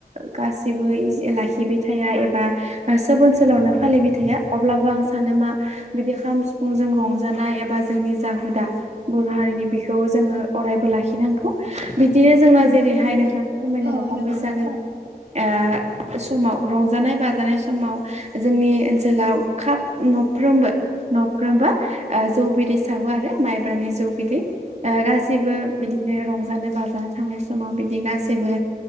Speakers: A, on the right; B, on the right.
A: गासिबो लाखिबाय थाया एबा सोब ओनसोलावनो फ फालिबाय थाया अब्लाबो आं सानो मा बिदि खालाम फुंजों रंजानाय एबा जोंनि जा हुदा बर' हारिनि बिखौ जोङो अरायबो लाखिनांगौ। बिदिनो जोंना
B: उम
A: जेरैहाय नोंथाङा फोरमायना
B: औ
A: रखम
B: नंगौ
A: बैसागो आ समाव रंजानाय बाजानाय समाव जोंनि ओनसोलाव खाब न'फ्रोमबो न'फ्रोमबा जौ बिदै सावो आरो माइब्रानि जौ बिदै गासिबो बिदिनो रंजानो बाजानो थांनाय समाव बिदि गाैबो